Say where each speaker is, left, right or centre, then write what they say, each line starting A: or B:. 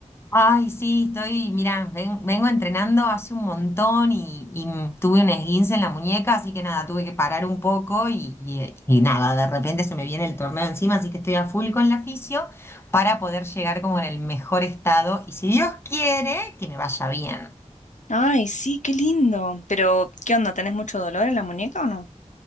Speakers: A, on the left; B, on the left.
A: Ay, sí, estoy, mirá, ven- vengo entrenando hace un montón y, y m- tuve un esguince en la muñeca, así que nada, tuve que parar un poco y, y- y nada, de repente se me viene el torneo encima, así que estoy a full con la fisio para poder llegar como en el mejor estado y si Dios quiere, que me vaya bien.
B: Ay, sí, qué lindo. Pero, ¿qué onda? ¿Tenés mucho dolor en la muñeca o no?